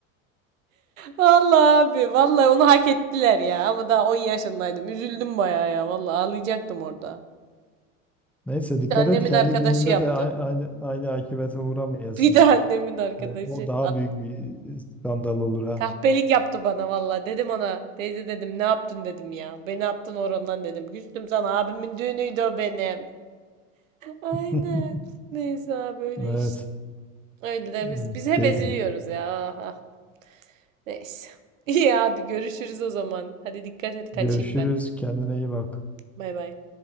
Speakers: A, on the right; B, in the centre.
A: Vallahi abi vallahi onu hak ettiler ya ama daha 10 yaşındaydım. Üzüldüm bayağı ya vallahi ağlayacaktım orada.
B: Neyse
A: Bir
B: dikkat
A: de annemin
B: et kendi
A: arkadaşı
B: düğününde
A: yaptı.
B: de a- aynı aynı akibete uğramayasın.
A: Bir de annemin arkadaşı.
B: Ve o daha
A: At-
B: büyük bir skandal olur ha.
A: Kahpelik yaptı bana vallahi. Dedim ona teyze dedim ne yaptın dedim ya. Beni attın horondan dedim. Küstüm sana abimin düğünüydü o benim. Aynen.
B: <laughs>
A: Neyse abi öyle
B: Evet.
A: işte. Öyle de
B: Evet.
A: biz, biz hep
B: Key.
A: eziliyoruz ya. Aha. Neyse. <laughs> İyi abi görüşürüz o zaman. Hadi dikkat et kaçayım
B: Görüşürüz.
A: ben.
B: Kendine iyi bak.
A: Bay bay.